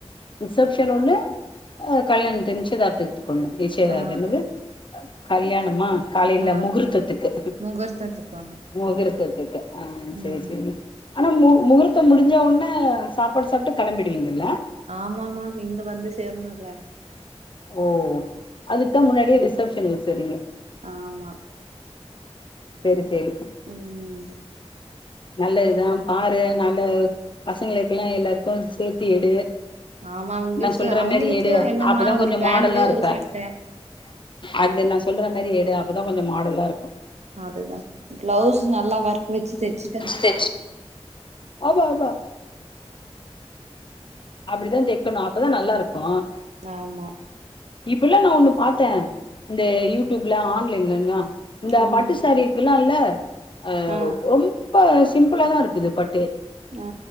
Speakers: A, on the left; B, on the right.
A: ரிசப்ஷன்கு ஒன்னு ஆஹ் கல்யாண நிச்சயதார்த்தத்திற்கு ஒன்னு ஈசியாதா
B: ஆ
A: என்னது கல்யாணமா காலையில
B: ஆ
A: முகூர்த்தத்துக்கு
B: முகூர்த்தத்துக்கு ஒண்ணு
A: முகூர்த் த்தத்துக்கு ஆஹ் சேர்
B: ம்
A: சேரி ஆனா மு முகூர்த்தம் முடிஞ்சவுன்னே சாப்பாடு சாப்ட்டு கெளம்பிடுவீங்கல்ல
B: ஆமாமா இங்க வந்து சேர்ணுல
A: ஓ அதுக்குதா முன்னாடியே ரிஸ் சப்ஷன் வச்சர்ரிங்க
B: ஆமா
A: செரி செரி
B: உஹ்ம்
A: நல்லதுதா பாரு நல்ல பசங்களுக்கெல்லா எல்லார்க்கு சேத்தி எடு
B: ஆமா உங்குளுக்கு
A: நா சொல்ற
B: அவுங்களுக்கு
A: மாரி எடு
B: என்னமா
A: அப்பதா கொஞ்சோ
B: ஒரு பேண்ட்டு
A: மாடலா இருப்ப
B: ஒரு சட்ட
A: அது நாசொல்ற மரி எடு அப்பதா கொஞ்சோ மாடலாருக்கோ
B: அதுதா பளவ்ஸ் நல்லா வர்க் வெச்சு தெச்சுட்டா
A: தெச் ஆமா ஆமா அப்டிதா தெக்கணு அப்பதா நல்லாயிர்க்கோ
B: ஆமா
A: இப்பல்லா நா ஒன்னு பாத்தே இந்த யூடியூப்ல ஆன்லைன்லன் தா இந்த
B: ஆமா
A: பட்டு சேரீ இருக்குல்லா இல்ல அஹ்
B: ஆ
A: ரொம்ப ஸ் சிம்பளா தா இருக்குது பட்டு
B: ஆ